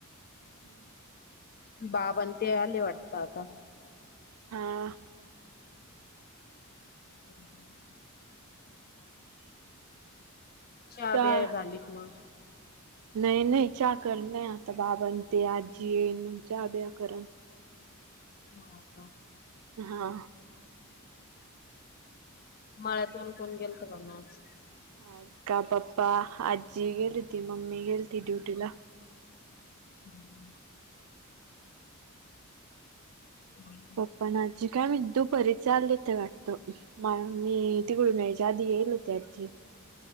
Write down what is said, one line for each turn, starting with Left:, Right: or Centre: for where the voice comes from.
Right: हम्म
Left: बाबा अन् ते आले वाटत आता.
Right: हा.
Left: हम् चहा
Right: चार
Left: बीया झालीत मग?
Right: नाही नाही चा करन आता बाबा अन् ते आजी येईन मग चा ब्या करनं.
Left: हो का.
Right: हा.
Left: मळ्यात कोण कोण गेलतं का मग आज?
Right: आज का पप्पा आजी गेली ती मम्मी गेली ती ड्युटीला.
Left: हम्म. <unintelligible>
Right: पप्पा अन् आजी काय माहित दुपारी चालेते वाटतं. म मी तिकडून यायच्या आधी येईल होती आज्जी.